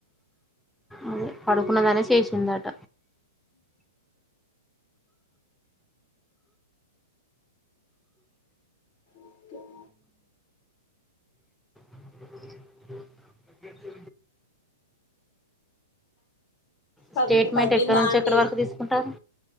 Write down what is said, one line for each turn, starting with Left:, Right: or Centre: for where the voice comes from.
Centre: అదే పడుకున్నదనే శేసిందట
Left: ఓకే <inaudible>
Centre: <inaudible> స్టేట్మెంట్
Left: తగ్గి తగ్గిందా
Centre: ఎక్కడ నుంచి
Left: అండి
Centre: ఎక్కడ వరకు తీసుకుంటారు